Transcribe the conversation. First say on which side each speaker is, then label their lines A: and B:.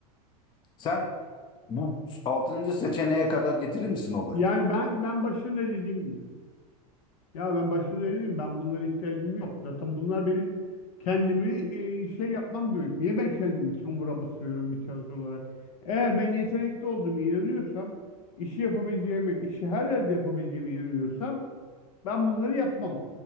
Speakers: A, on the left; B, on the left.
A: Sen bu altıncı seçeneğe kadar getirir misin olayı?
B: Yani ben ben başında dediğim gibi. Ya ben başta söyleyeyim ben bunlara ihtiyacım yok. Zaten bunlar benim kendimi e, şey yapmam demek. Niye ben kendimi çamura batırıyorum bir çalışan olarak? Eğer ben yetenekli olduğumu inanıyorsam, işi yapabileceğimi, işi her yerde yapabileceğimi inanıyorsam ben bunları yapmam.